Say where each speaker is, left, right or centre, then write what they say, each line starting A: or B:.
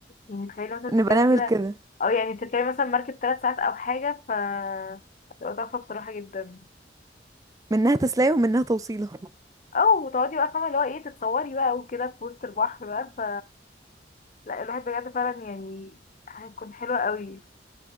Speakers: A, on the left; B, on the right.
A: يعني تخيلي مثلا
B: نبقى
A: تركبي
B: نعمل
A: كده
B: كده
A: او يعني تركبي مثلا مركب ثلاث ساعات او حاجة ف تبقى تحفة بصراحة جدا
B: منها تسلية ومنها توصيلة
A: او تقعدي بقى فاهمة اللي هو ايه تتصوري بقى وكده في وسط البحر بقى ف لا الواحد بجد فعلا يعني هيكون حلو قوي